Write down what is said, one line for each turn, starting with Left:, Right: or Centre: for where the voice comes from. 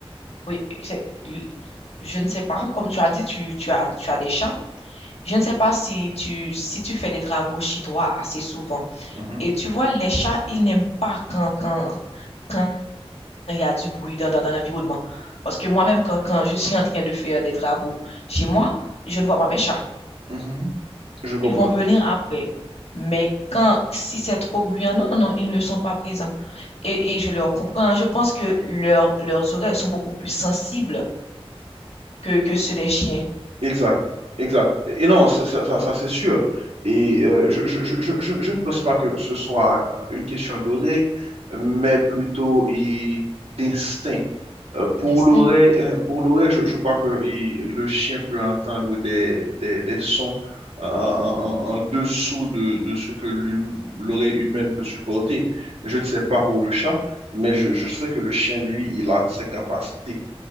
Left: Oui, c'est- je ne sais pas, comme tu as dit, tu, tu as, tu as des chats. Je ne sais pas si tu, si tu fais des travaux chez toi assez souvent.
Right: Mhm,
Left: Et tu vois, les chats, ils n'aiment pas quand, quand, quand il y a du bruit dans, dans- dans l'environnement. Parce que moi-même, quand, quand je suis en train de faire des travaux chez moi, je ne vois pas mes chats.
Right: mhm, je comprends.
Left: Ils vont venir après. Mais quand, si c'est trop bruyant, non, non, non, ils ne sont pas présents. Et, et je leur comprends. hein. Je pense que leurs leurs oreilles sont beaucoup plus sensibles que, que ceux des chiens.
Right: Exact, exact. Et et non, ça, ça, ça- ça, c'est sûr. Et euh, je, je, je, je, je- je ne pense pas que ce soit euh, une question d'oreille, mais plutôt et, d'instinct. Euh, pour
Left: Destin.
Right: l'oreille, euh, pour l'oreille, je, je crois que il- le chien peut entendre des, des, des sons en, en- en- en dessous de, de ce que l'hum- l'oreille humaine peut supporter. Je ne sais pas pour le chat, mais je, je sais que le chien, lui, il a ses capacités.